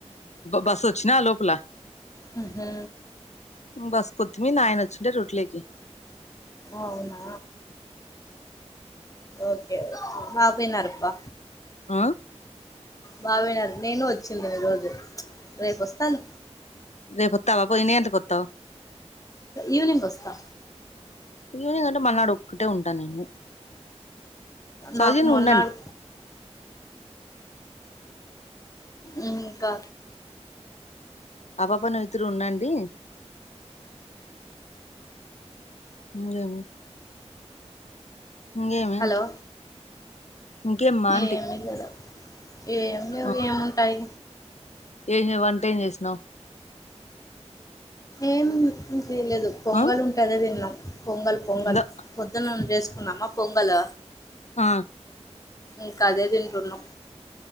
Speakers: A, on the left; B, on the left.
A: బస్ వచ్చిన లోపల
B: హ
A: బస్ కొత్తిమీ నాయన వచ్చింటే రూట్లోకి
B: అవునా ఓకే బబయి నారపా
A: ఆ
B: బావన నేను వచ్చింది నీ రోజు రేపు వస్తాను
A: రే కొత్తా బబ ఇ ఎంత కొత్తా
B: ఈవినింగ్ వస్తా
A: ఇ కంట మన్నాడు అట్టే ఉంటా నేను సౌజీ
B: నాకు
A: నువ్వు
B: మొన్నాడు
A: ఉండండి
B: ఇ ఇంకా
A: ఆపప నువ్ ఇద్దరు ఉన్నాండి ముంగేమ ఇంకేమేంటి
B: హలో
A: ఇంకేం మాంటి
B: ఏమి లేదు ఏం లేవు
A: ఆ
B: ఏముంటాయి
A: ఏం వంట ఏం చేసినా
B: ఏం తెలేదు పొంగల్
A: ఆ
B: ఉంటద తిన్నాం పొంగల్ పొంగల్
A: ఇందో
B: పొద్దున్నన్న చేసుకుందమా పొంగల్
A: ఆ
B: ఇంకాదే తింటున్నాం